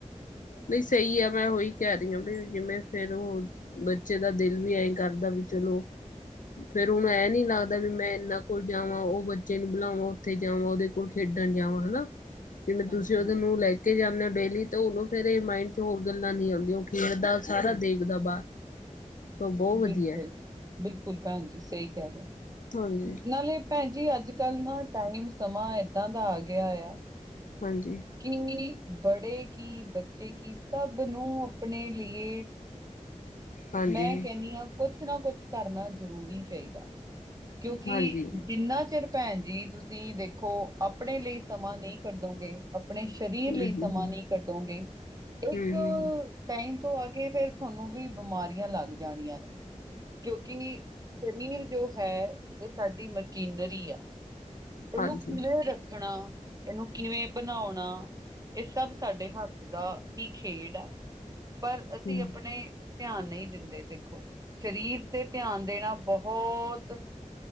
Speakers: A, on the left (about 85°); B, on the right (about 30°).
A: ਨਹੀਂ, ਸਹੀ ਆ ਮੈਂ ਉਹੀ ਕਹਿ ਰਹੀ ਹਾਂ ਵੀ ਜਿਵੇਂ ਫੇਰ ਉਹ ਬੱਚੇ ਦਾ ਦਿਲ ਵੀ ਐਂ ਕਰਦਾ ਵੀ ਚਲੋ। ਫੇਰ ਹੁਣੂੰ ਇਹ ਨੀ ਲੱਗਦਾ ਵੀ ਮੈਂ ਇਨਾ ਕੋਲ ਜਾਵਾਂ ਉਹ ਬੱਚੇ ਨੂੰ ਬੁਲਾਵਾਂ, ਉੱਥੇ ਜਾਵਾਂ। ਉਹਦੇ ਸਕੂਲ ਖੇਡਣ ਜਾਵਾਂ ਹਨਾ। ਜਿਵੇਂ ਤੁਸੀਂ
B: ਹਾਂਜੀ
A: ਉਹਦੇ
B: ਹਾਂਜੀ
A: ਨੂੰ ਲੈ ਕੇ ਜਾਂਦੇ ਹੋ ਡੇਲੀ। ਤਾਂ ਉਹਨੂੰ ਫੇਰ ਇਹ ਮਾਇੰਡ ਚ' ਹੋਰ ਗੱਲਾਂ ਨਹੀਂ ਆਉਂਦੀਆਂ। ਉਹ ਖੇਡਦਾ ਸਾਰਾ ਦੇਖਦਾ ਬਾਹਰ। ਤਾਂ ਬਹੁਤ
B: ਬਿਲਕੁਲ-
A: ਵਧੀਆ।
B: ਬਿਲਕੁਲ ਭੈਣ ਜੀ, ਸਹੀ ਕਹਿ ਰਹੇ।
A: ਹਾਂਜੀ।
B: ਨਾਲੇ ਭੈਣ ਜੀ ਅੱਜ ਕੱਲ੍ਹ ਨਾ ਟਾਈਮ ਸਮਾਂ ਏਦਾਂ ਦਾ ਆ ਗਿਆ ਆ।
A: ਹਾਂਜੀ।
B: <unintelligible> ਕੀ ਬੜੇ ਕੀ ਬੱਚੇ ਕੀ ਸਭ ਨੂੰ ਆਪਣੇ ਲਏ
A: ਹਾਂਜੀ,
B: ਮੈਂ ਕਹਿੰਦੀ ਹਾਂ। ਕੁਛ ਨਾ ਕੁਛ ਕਰਨਾ ਜ਼ਰੂਰੀ ਚਾਹੀਦਾ। ਕਿਉਂਕਿ
A: ਹਾਂਜੀ ਹੂੰ,
B: ਜਿੰਨਾ ਚਿਰ ਭੈਣ ਜੀ, ਤੁਸੀਂ ਦੇਖੋ। ਆਪਣੇ ਲਈ ਸਮਾਂ ਨਹੀਂ ਕੱਢੋਗੇ। ਆਪਣੇ ਸਰੀਰ ਲਈ
A: ਹੂੰ, ਹੂੰ,
B: ਸਮਾਂ ਨਹੀਂ ਕੱਢੋਗੇ। ਇੱਕ
A: ਹੂੰ, ਹੂੰ, ਹੂੰ।
B: ਟਾਈਮ ਤੋਂ ਆ ਕੇ ਫੇਰ ਤੁਹਾਨੂੰ ਵੀ। ਬਿਮਾਰੀਆਂ ਲੱਗ ਜਾਣੀਆਂ ਨੇ। ਕਿਉਂਕਿ ਜ਼ਮੀਨ ਜੋ ਹੈ ਇਹ ਸਾਡੀ ਮਸ਼ੀਨਰੀ ਆ। ਇਹਨੂੰ
A: ਹਾਂਜੀ,
B: ਕਿਵੇਂ ਰੱਖਣਾ। ਇਹਨੂੰ ਕਿਵੇਂ ਬਣਾਉਣਾ। ਇਹ ਸਭ ਸਾਡੇ ਹੱਥ ਦਾ ਹੀ ਖੇਡ ਆ। ਪਰ ਅਸੀਂ
A: ਹੂੰ,
B: ਆਪਣੇ ਧਿਆਨ ਨਹੀਂ ਦਿੰਦੇ। ਦੇਖੋ, ਸਰੀਰ ਤੇ ਧਿਆਨ ਦੇਣਾ ਬਹੁਤ